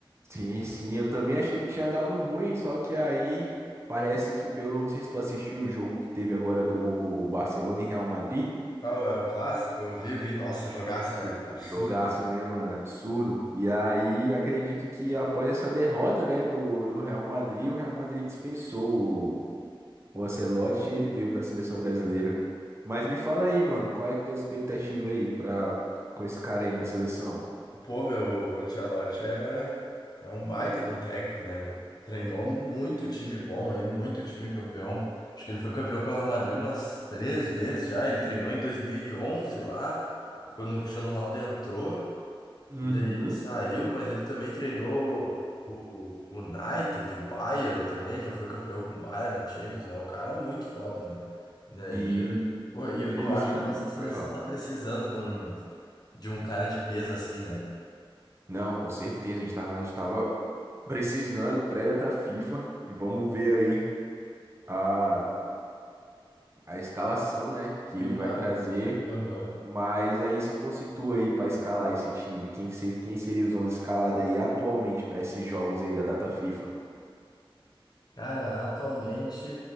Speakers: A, on the right; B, on the left.
A: sim, sim, eu também achei que tinha dado ruim, só que aí parece que pelo, não sei se tu assistiu o jogo que teve agora do Barcelona e Real Madrid.
B: Ah, é o clássico, eu vi, vi, nossa, jogaço,
A: Isso.
B: né? Absurdo.
A: Jogaço, né, mano? Absurdo. E aí, acredito que após essa derrota, né, do, do Real Madrid, o Real Madrid dispensou o, o Ancelotti e ele veio pra seleção brasileira. Mas me fala aí, mano, qual é que tua expectativa aí pra, com esse cara aí na seleção?
B: Pô, meu, o Ancelotti é, é um baita de um técnico, né, meu? Treinou muito time bom aí, muito time campeão. Acho que ele foi campeão pelo Real Madrid umas três vezes já. Ele treinou em 2011 lá, quando o Cristiano Ronaldo entrou.
A: Uhum.
B: E daí ele saiu, mas ele também treinou o o United, o Bayern também, já foi campeão com o Bayern na Champions, é um cara muito foda, né? Daí,
A: E,
B: pô, e eu,
A: inclusive,
B: eu acho que a nossa seleção
A: pode falar.
B: tá precisando de um, de um cara de peso assim, né?
A: Não, com certeza, a gente tava, a gente tava precisando pré-data FIFA. E vamos ver aí a, a escalação, né, que
B: E
A: ele
B: uma.
A: vai trazer.
B: Aham.
A: Mas aí, se fosse tu aí pra escalar esse time, quem, que ser, quem seria os 11 escalados aí atualmente pra esses jogos aí da data FIFA?
B: Cara, atualmente,